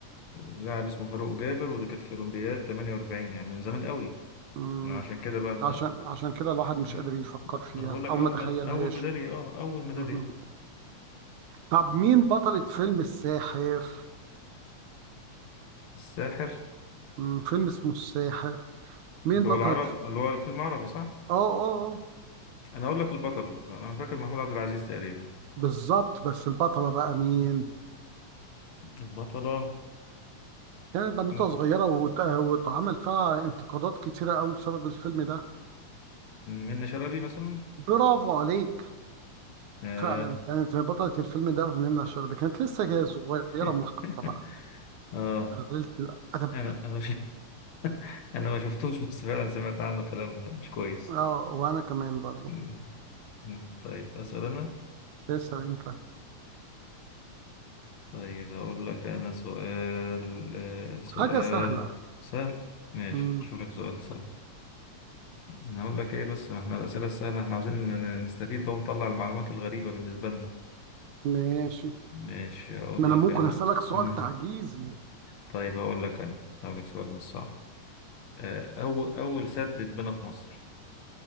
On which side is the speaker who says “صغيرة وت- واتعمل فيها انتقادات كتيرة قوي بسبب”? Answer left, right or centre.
Right